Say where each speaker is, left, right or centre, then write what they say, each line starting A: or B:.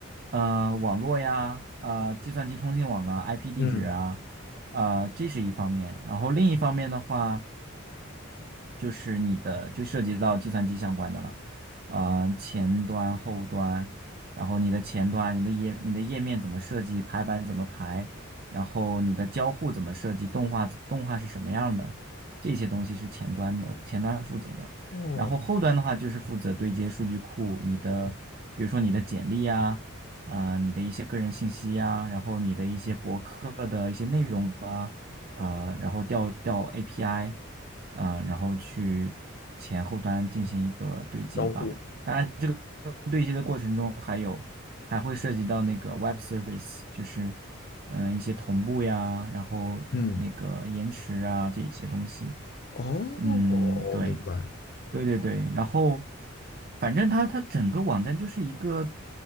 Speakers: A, on the right; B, on the left.
A: 呃网络呀，呃计算机通信网啊，IP 地址啊，
B: 嗯，
A: 呃这是一方面。然后另一方面的话。就是你的就涉及到计算机相关的了，呃，前端、后端，然后你的前端、你的页、你的页面怎么设计，排版怎么排，然后你的交互怎么设计，动画动画是什么样的，这些东西是前端的，前端负责的。
B: 哦，
A: 然后后端的话就是负责对接数据库，你的比如说你的简历啊，呃，你的一些个人信息啊，然后你的一些博客的一些内容啊。呃，然后调调 API，呃，然后去前后端进行一个对接吧。
B: 交互，
A: 当然，这个对接的过程中还有还会涉及到那个 Web Service，就是嗯、呃一些同步呀，然后那个延迟啊这一些东西。
B: 嗯，哦，
A: 嗯，
B: 我明白。
A: 对，对对对，然后反正它它整个网站就是一个